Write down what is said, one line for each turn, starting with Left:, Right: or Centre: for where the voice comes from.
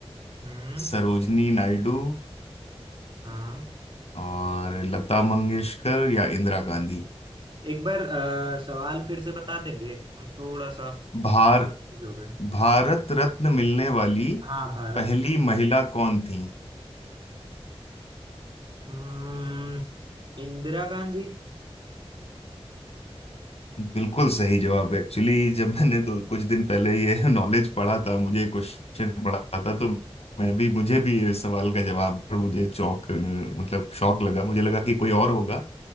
Right: हम्म
Left: सरोजनी नायडू
Right: हाँ
Left: और लता मंगेशकर या इंदिरा गांधी
Right: एक बार अ, सवाल फिर से बता देंगे हम थोड़ा सा
Left: भार
Right: हो गए
Left: भारत रत्न मिलने वाली
Right: हाँ भारत
Left: पहली महिला कौन थी
Right: हम्म इंदिरा गांधी
Left: बिल्कुल सही जवाब एक्चुअली जब मैंने दो कुछ दिन पहले ये <laughs> नॉलेज पढ़ा था मुझे क्वेश्चन पढ़ा था तो मैं भी मुझे भी इस सवाल का जवाब पर मुझे चौंक मतलब शौक लगा मुझे लगा कि कोई और होगा